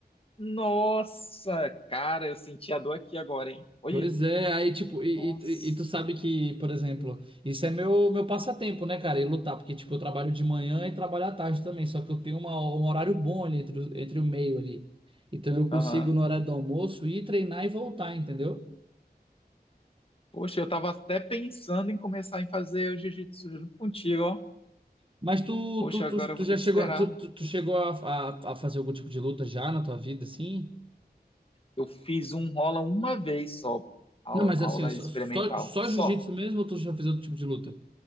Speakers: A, on the left; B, on the right.
A: Nossa, cara, eu senti a dor aqui agora, hein? Olha,
B: Pois é, aí tipo,
A: nossa.
B: e, e, e e tu sabe que, por exemplo, isso é meu, meu passatempo, né, cara? E lutar, porque tipo, eu trabalho de manhã e trabalho à tarde também, só que eu tenho uma- um horário bom ali entre, o- entre o meio ali. Então eu consigo,
A: Aham.
B: no horário do almoço, ir treinar e voltar, entendeu?
A: Poxa, eu tava até pensando em começar em fazer o jiu-jitsu junto contigo, ó.
B: Mas tu,
A: Poxa,
B: tu, tu,
A: agora eu
B: tu
A: vou
B: já
A: ter que
B: chegou,
A: esperar.
B: tu, tu, tu chegou a, a, a fazer algum tipo de luta já na tua vida, assim?
A: Eu fiz um rola uma vez só, au-
B: Não, mas
A: aula
B: assim, só,
A: experimental,
B: só, só
A: só.
B: jiu-jitsu mesmo ou tu já fez outro tipo de luta?